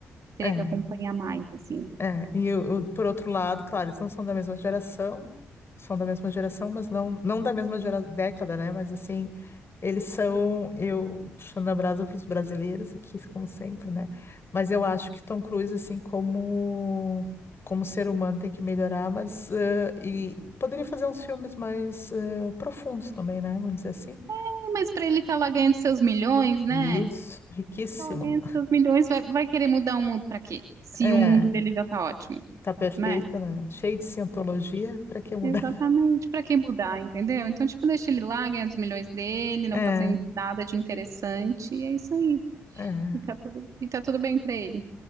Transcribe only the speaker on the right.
teria
que acompanhar mais, assim.
É, mas pra ele estar lá ganhando seus milhões, né?
Tá lá ganhando seus milhões, vai, vai querer mudar o mundo pra quê? Se
o mundo dele já tá ótimo,
né?
Exatamente,
para que mudar, entendeu? Então, tipo, deixa ele lá, ganha os milhões dele, não
fazendo nada de interessante, e é isso aí.
E tá tudo, e tá tudo bem para ele.